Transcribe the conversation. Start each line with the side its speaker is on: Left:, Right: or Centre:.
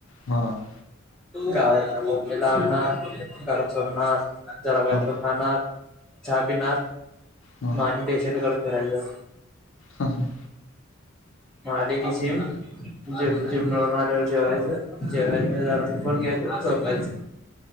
Left: हां.
Centre: गावातनं मम्मीला आणणार घर सोडणार. जरा काहीतरी
Left: हा
Centre: खाणार, चहा पिणार
Left: हा
Centre: मा आणि पेशंटकडे फिरायचं.
Left: हा हा.
Centre: म आले की जिम जिम
Left: हा.
Centre: वरून आल्यावर जेवायचं. जेवायचं जरासा फोन घ्यायचा आणि झोपायचं.